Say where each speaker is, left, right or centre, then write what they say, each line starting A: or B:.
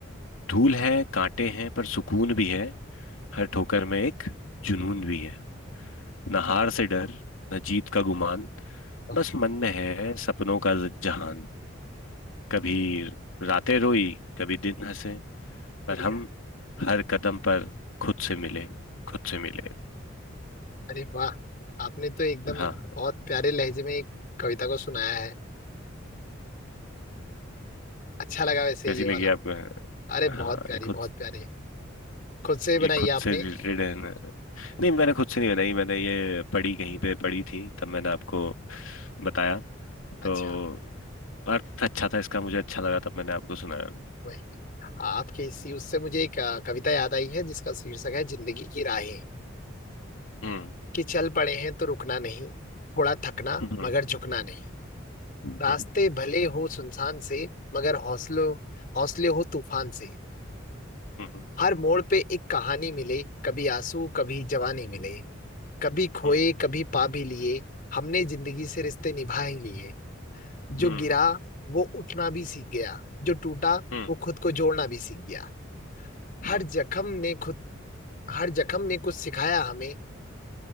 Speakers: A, on the left (about 85°); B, on the left (about 45°).
A: धूल है कांटे हैं पर सुकून भी है हर ठोकर में एक जुनून भी है न हार से डर न जीत का गुमान
B: वाह,
A: बस मन में है सपनों का ज- जहान कभी रातें रोई कभी दिन हंसे पर
B: बढ़िया
A: हम हर कदम पर खुद से मिले खुद से मिले
B: अरे वाह आपने तो एकदम
A: हाँ
B: बहुत प्यारे लहजे में एक कविता को सुनाया है अच्छा लगा वैसे
A: कैसी
B: ये
A: लगी
B: वाला
A: आपको
B: अरे बहुत
A: हाँ
B: प्यारी
A: ये खुद
B: बहुत प्यारी खुद से बनाई
A: ये खुद
B: है आपने
A: से रिलेटेड है ना नहीं मैंने खुद से नहीं बनाई मैंने ये पढ़ी कहीं पे पढ़ी थी तब मैंने आपको बताया
B: अच्छा
A: तो अर्थ अच्छा था इसका मुझे अच्छा लगा तब मैंने आपको सुनाया
B: वही हाँ, आपके इसी उससे मुझे एक अ, कविता याद आई है जिसका शीर्षक है जिंदगी की राहें
A: हम्म
B: कि चल पड़े हैं तो रुकना नहीं थोड़ा थकना
A: हम्म
B: मगर झुकना नहीं
A: हम्म
B: रास्ते भले हो सुनसान से मगर हौसलों हौसले हो तूफान से
A: हम्म
B: हर मोड़ पे एक कहानी मिले कभी आंसू कभी जवानी मिले कभी खोए
A: हम्म
B: कभी पा भी लिए हमने जिंदगी से रिश्ते निभा ही लिए जो
A: हम्म
B: गिरा वो उठना भी सीख गया जो टूटा
A: हम्म
B: वो खुद को जोड़ना भी सीख गया हर
A: हम्म
B: जख्म ने खुद हर जख्म ने कुछ सिखाया हमें